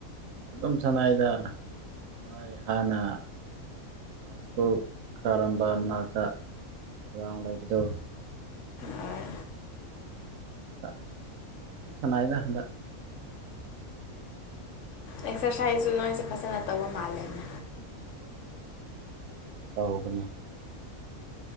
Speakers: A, on the right (about 75°); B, on the left (about 65°).
A: ꯑꯗꯨꯝ ꯁꯥꯅꯩꯗ ꯅꯣꯏ ꯍꯥꯟꯅ ꯁ꯭ꯀꯨꯜ ꯀꯥꯔꯝꯕ ꯃꯅꯥꯛꯇ ꯒ꯭ꯔꯥꯎꯟ ꯂꯩꯕꯗꯨ
B: ꯍꯣꯏ
A: ꯑꯗꯨ ꯃꯅꯥꯛꯇ ꯑꯗꯨꯝ ꯁꯥꯅꯩꯗ ꯍꯟꯗꯛ
B: ꯑꯦꯛꯁ꯭ꯔꯁꯥꯏꯖꯁꯨ ꯅꯣꯏꯁꯦ ꯐꯖꯅ ꯇꯧꯕ ꯃꯥꯜꯂꯦꯅꯦ
A: ꯎꯝ ꯇꯧꯕꯅꯦ